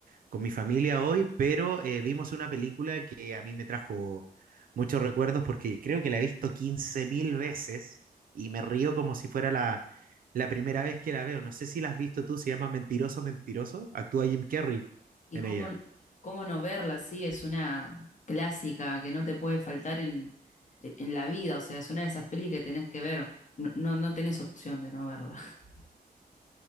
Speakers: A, on the right; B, on the left.
A: con mi familia hoy, pero eh, vimos una película que a mí me trajo muchos recuerdos porque creo que la he visto 15.000 veces y me río como si fuera la, la primera vez que la veo. No sé si la has visto tú, se llama Mentiroso, Mentiroso. Actúa Jim Carrey
B: Y
A: en
B: cómo,
A: ella.
B: cómo no verla, sí, es una clásica que no te puede faltar en, e, en la vida, o sea, es una de esas pelis que tenés que ver, no, no, no tenés opción de no verla. <laughs>